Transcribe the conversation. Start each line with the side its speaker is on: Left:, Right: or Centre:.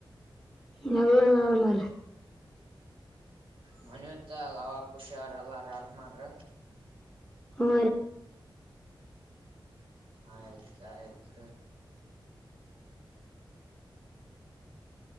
Centre: ಾಗನ್ನ್ರ <unintelligible>
Right: ಮನತ್ ಅವಾವಾಗ ಖುಷಿ ಅವ್ರ ಎಲ್ಲಾರಮಾರ್ರ
Centre: ಹ
Right: ಆಯ್ತ ಆಯ್ತ್